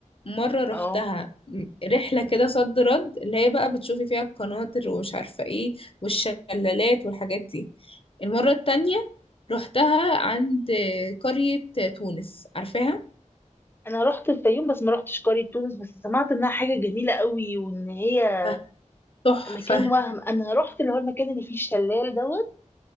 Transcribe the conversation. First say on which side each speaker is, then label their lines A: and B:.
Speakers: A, on the left (about 45°); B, on the left (about 15°).
A: مرة رحتها
B: اه
A: م- رحلة كده صد رد اللي هي بقى بتشوفي فيها القناطر ومش عارفة ايه والشلالات والحاجات دي المرة التانية رحتها عند آه، قرية آه، تونس عارفاها
B: انا رحت الفيوم بس ما رحتش قريه تونس بس سمعت انها حاجه جميله قوي وان هي
A: تحفة تحفة
B: مكان وهم انا رحت اللي هو المكان اللي فيه الشلال دوت